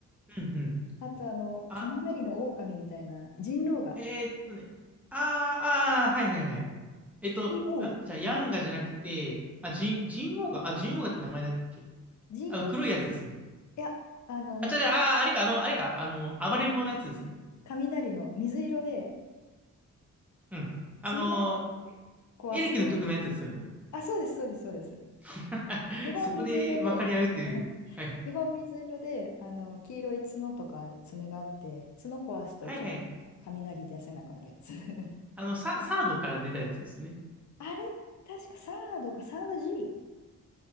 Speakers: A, in the centre; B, on the left (about 65°).
A: うんうん。
B: あとあの、
A: あと、
B: 雷の狼みたいな、人狼が、
A: えーっとね。あー、あー、はいはいはい。えっと、
B: 人狼が。
A: あ、じゃあ、ヤンガじゃなくて、あ、ジン、ジンオウガ、あ、ジンオウガって名前だっけ
B: ジンオウも
A: あの、黒いやつですね。
B: いや、あの、
A: あ、ちょ、じゃああー、あれか、あの、あれか、あの、暴れん坊のやつですね。
B: 雷の水色で、
A: うん。あの、
B: 角を壊すと、
A: エレキの曲のやつですよね。
B: あ、そうです、そうです、そうです。
A: <laughs>
B: 基本水色で、
A: そこで分かり合うという。
B: <laughs>
A: はい。
B: 基本水色で、あの、黄色い角とか爪があって、角壊すとちょっと雷出せなくなるやつ。
A: はいはい。
B: <laughs>
A: あの、サ、サードから出たやつですよね。
B: あれ、確かサードか、サード G?